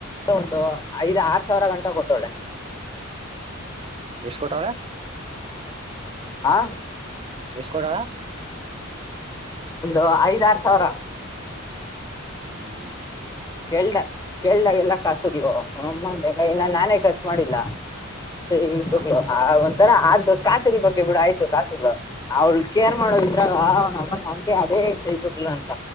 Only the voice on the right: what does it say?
ಎಷ್ಟ ಕೊಟಳ
ಎಷ್ಟ ಕೊಟ್ಟಳ
ಹ್ಮ್ಮ <inaudible>
ಹಾ